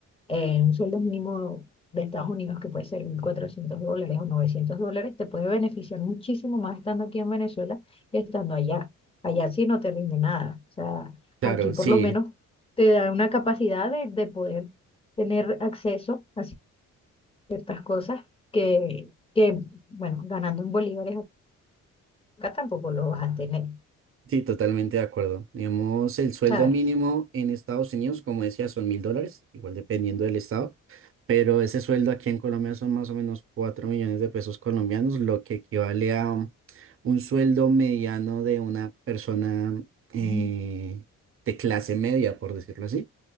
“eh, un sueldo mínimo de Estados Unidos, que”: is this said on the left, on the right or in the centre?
Left